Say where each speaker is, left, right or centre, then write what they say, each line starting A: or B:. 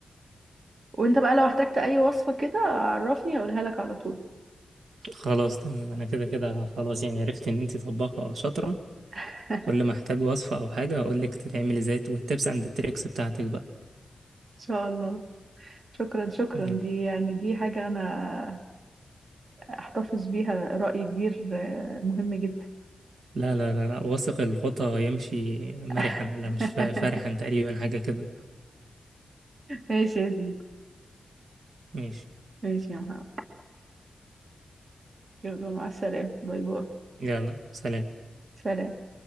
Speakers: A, on the right (about 40°); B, on the right (about 85°).
A: وانت بقى لو احتجت أي وصفة كده عرفني هقولها لك على طول
B: خلاص تمام انا كده كده خلاص يعني عرفت ان انت طباخة شاطرة
A: <laughs> إن
B: كل ما احتاج وصفة او حاجة هقول لك تتعمل ازاي والتبس اند التريكس بتاعتك بقى
A: شاء الله شكرا شكرا
B: مم.
A: دي يعني دي حاجة أنا أحتفظ بيها رأي كبير آه، مهم جدا
B: لا لا لا لا واثق الخطى يمشي مرحا
A: <laughs>
B: ولا مش فا- فرحا تقريبا حاجة كده
A: ماشي يا زيد
B: ماشي
A: ماشي يا محمد يلا مع السلامة باي باي
B: يلا سلام
A: سلام